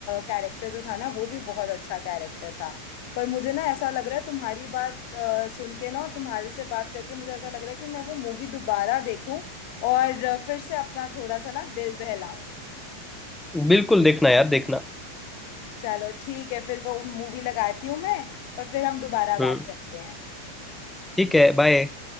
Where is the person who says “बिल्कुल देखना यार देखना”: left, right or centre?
Centre